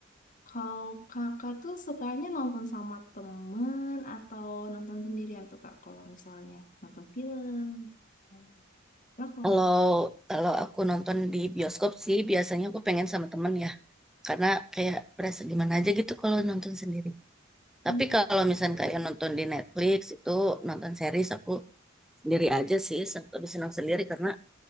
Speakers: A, on the left (about 40°); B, in the centre.
A: Kalau kakak tuh sukanya nonton sama temen atau nonton sendirian tuh, Kak? Kalau misalnya nonton film. Oh. Lah, kalau...
B: Kalau kalau aku nonton di bioskop sih biasanya aku pengen sama temen ya, karena kayak berasa gimana aja gitu kalau nonton sendiri.
A: Hmm,
B: Tapi kalau misalnya kayak nonton di Netflix itu nonton series aku sendiri aja sih, sen- lebih senang sendiri karena